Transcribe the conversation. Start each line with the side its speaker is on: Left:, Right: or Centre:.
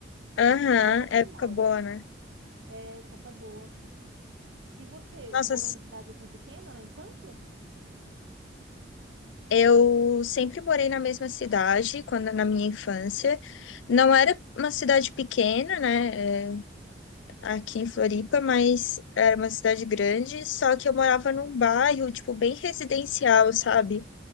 Left: aham,
Right: Eu tenho boas memórias,
Left: época boa, né?
Right: é, época boa. E você,
Left: Nossa,
Right: morou em cidade assim pequena na infância?
Left: Eu sempre morei na mesma cidade quando na minha infância. Não era uma cidade pequena, né? é, aqui em Floripa, mas era uma cidade grande. Só que eu morava num bairro, tipo, bem residencial, sabe?